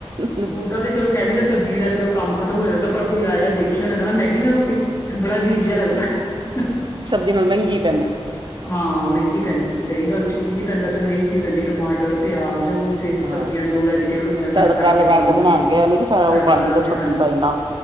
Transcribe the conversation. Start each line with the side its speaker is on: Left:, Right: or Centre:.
Right: ਹਹਹ
Left: ਓਦਾਂ ਤੇ ਚਲੋ ਕੈ ਦਈਦਾ ਸਬਜ਼ੀ ਦਾ ਚਲੋ ਕੰਮ ਖਤਮ ਹੋ ਜਾਂਦਾ, ਪਰ ਕੋਈ ਆਇਆ ਦੇਖਿਆ ਓਨੇ ਕੈਣਾ ਮੈਗੀ ਨਾ ਰੋਟੀ ਬੜਾ ਅਜੀਬ ਜੇਆ ਲੱਗਦਾ ਹਹ
Right: ਏਦੋ ਨਾਲੋ ਮੇਂਗੀ ਪੈਂਦੀ।
Left: ਹਾਂ ਮੇਂਗੀ ਪੈਂਦੀ, ਸਹੀ ਗੱਲ ਏ, ਚ ਕੀ ਨੀ ਪੈਂਦਾ, ਏ, ਚ, ਹਰੇਕ ਚੀਜ਼ ਪੈਂਦੀ ਟਮਾਟਰ ਪਿਆਜ ਫਿਰ
Right: ਹਾਂ
Left: ਸਬਜ਼ੀਆਂ ਜੋ ਵੈਜੀਟੇਬਲ ਹੁੰਦੀਆਂ
Right: ਤੜਕਾ
Left: ਮੈਂ ਕੱਟ
Right: ਲਗਾ
Left: ਕੇ ਪਾ ਦਿੰਦੀ
Right: ਬਣਾਉਣਗੇ
Left: ਵਿੱਚ,
Right: ਇਹ ਨੀ ਕਿ
Left: ਤੜਕਾ
Right: ਉਬਾਲੀ
Left: ਲਗਾ
Right: ਤਾਂ
Left: ਕੇ
Right: ਛੁੱਟੀ
Left: ਹਾਂਜੀ।
Right: ਪਾਈ ਨਾ